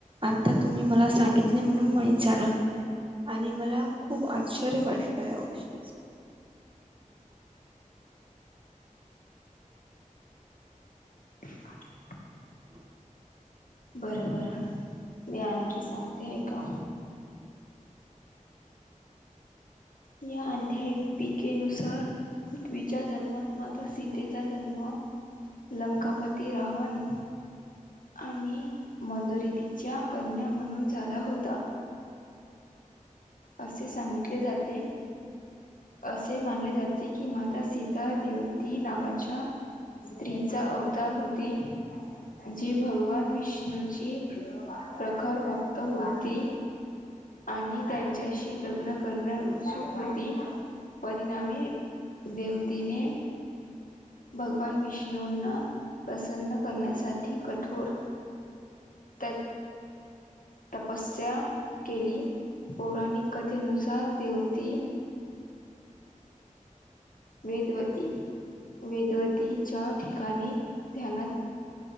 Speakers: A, on the right (about 40°); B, on the left (about 85°).
A: आता तुम्ही मला सांगितले म्हणून माहीत झालं. आणि मला खूप आश्चर्य वाटलं या गोष्टीच
B: <unintelligible>
A: <inaudible>
B: बरं बर मी आणखी सांगते आहे का? या अध्या पिकेनुसार पृथ्वीच्या जन्मात माता सी तिचा जन्म लंकापती रावन आणि मंदोरितीच्या कन्या म्हणून झाला होता. असे सांगितले जाते. असे मानले जाते की माता सीता देवती नावाच्या स्त्रीचा अवतार होती. जी भगवान विष्णूची प्रखर भक्त होती. आणि त्यांची अशी लग्न करणे उत्सुक होती परिणामी देवतीने भगवान विष्णूंना प्रसन्न करण्यासाठी कठोर
A: <inaudible>
B: त तपस्या केली पौराणिक कथेनुसार देवती. वेदवती वेदवतीच्या ठिकाणी ध्यानात